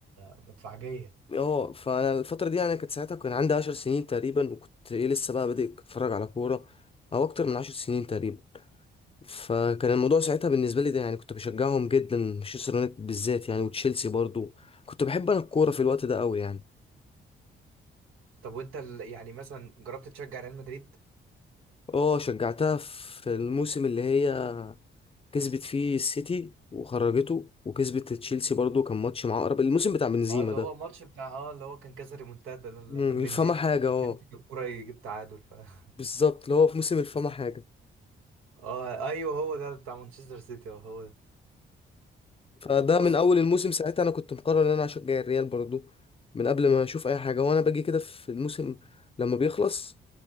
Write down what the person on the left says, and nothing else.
اه فانا الفتره دي يعني كانت ساعتها كان عندي عشر سنين تقريبا وكنت ايه لسه بقى بادئ اتفرج على كوره او اكتر من عشر سنين تقريبا فكان الموضوع ساعتها بالنسبه لي ده يعني كنت بشجعهم جدا مانشستر يونايتد بالذات يعني وتشيلسي برضو كنت بحب انا الكوره في الوقت ده قوي يعني
اه شجعتها في الموسم اللي هي كسبت فيه السيتي وخرجته وكسبت تشيلسي برضو كان ماتش مع اقرب الموسم بتاع بنزيما
ده
مم،
الفما حاجه اه
بالظبط اللي هو في موسم الفما حاجه
فده
من اول
الموسم ساعتها انا كنت مقرر ان انا هشجع الريال برضو من قبل ما اشوف اي حاجه وانا باجي كده في الموسم لما بيخلص